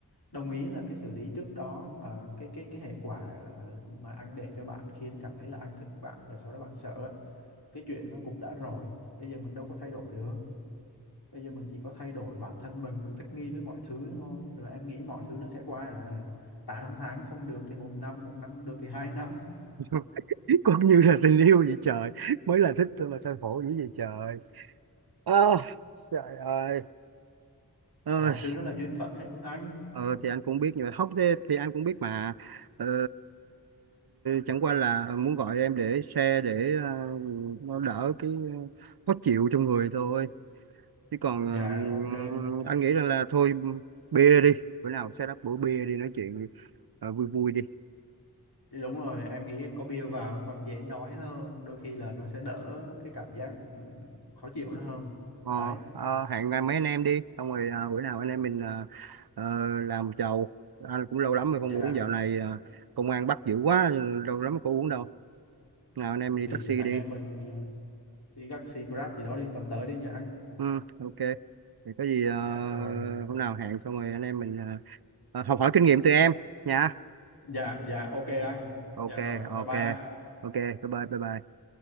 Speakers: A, on the left; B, on the right.
A: đồng ý là cái xử lý trước đó ờ, cái cái cái hệ quả là- mà anh để cho bạn khiến cảm thấy là anh thích bạn rồi sau đó bạn sợ á. cái chuyện nó cũng đã rồi bây giờ mình đâu có thay đổi được bây giờ mình chỉ có thay đổi bản thân mình mình thích nghi với mọi thứ thôi rồi em nghĩ mọi thứ nó sẽ qua à tám tháng không được thì một năm một năm được thì hai năm
B: <laughs> cũng như là tình yêu vậy trời mới là thích tôi mà sao khổ dữ vậy trời à, trời ơi Ôi,
A: mọi thứ nó là duyên phận hết anh
B: ờ, thì anh cũng biết nhưng mà hóc thế thì anh cũng biết mà ờ, chẳng qua là muốn gọi em để share để ờ, nó đỡ cái ờ, khó chịu trong người thôi chứ còn
A: dạ
B: ờ,
A: ok
B: anh nghĩ rằng là thôi bia đi bữa nào set up bữa bia đi nói chuyện Ờ, vui vui đi
A: Đúng rồi, em nghĩ có bia vào còn dễ nói hơn, đôi khi là nó sẽ đỡ cái cảm giác ừm, khó chịu nó hơn.
B: Ờ,
A: Đấy,
B: ờ, hẹn ờ, mấy anh em đi xong rồi ờ, bữa nào anh em mình ờ, ờ, làm chầu anh cũng lâu lắm rồi không
A: dạ
B: uống dạo này ờ, công an bắt dữ quá lâu lắm có uống đâu nào anh em đi
A: thì
B: taxi
A: anh
B: đi
A: em mình ờ, đi taxi Grab gì đó đi tuần tới đi nha anh.
B: ừ, ok thì có gì ờ,
A: Dạ rồi.
B: hôm nào hẹn xong rồi anh em mình ờ, ờ, học hỏi kinh nghiệm từ em nha
A: Dạ dạ ok anh.
B: ok
A: Dạ rồi, bye
B: ok
A: bye anh.
B: ok bye bye bye bye